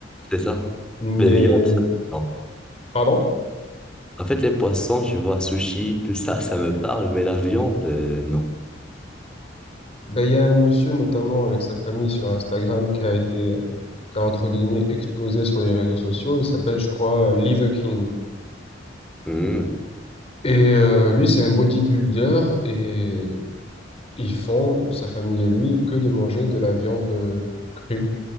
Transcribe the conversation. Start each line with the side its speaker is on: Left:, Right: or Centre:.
Centre: C'est ça.
Left: Mais,
Centre: Mais viande, ça, non.
Left: pardon?
Centre: En fait, les poissons, tu vois, sushi, tout ça, ça me parle, mais la viande, euh, non.
Left: Ben, il y a un monsieur notamment avec sa famille sur Instagram qui a été, qui a entre guillemets explosé sur les réseaux sociaux. Il s'appelle, je crois, Liver King.
Centre: Hmm.
Left: Et euh, lui, c'est un bodybuilder et ils font, sa famille et lui, que de manger de la viande euh, crue.